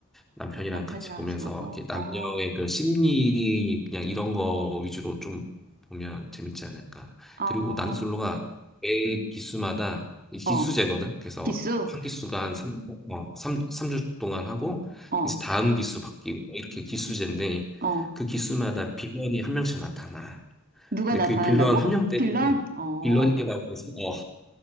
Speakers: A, in the centre; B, on the right (about 40°).
A: 남편이랑
B: 남편이랑
A: 같이 보면서
B: 같이 보고,
A: 이렇게 남녀의
B: 어,
A: 그 심리 그냥 이런 거 위주로 좀 보면 재밌지 않을까.
B: 어,
A: 그리고 나는 솔로가 매 기수마다 이 기수제거든.
B: 어,
A: 그래서
B: 기수,
A: 한 기수가 한 3, 어, 삼삼주 동안 하고
B: 어,
A: 이제 다음 기수 바뀌고 뭐 이렇게 기수제인데
B: 어,
A: 그 기수마다 빌런이 한 명씩 나타나.
B: 누가
A: 근데
B: 나타난다고?
A: 그 빌런 한 명 때문에
B: 빌런? 어,
A: 빌런이라고 해서 어,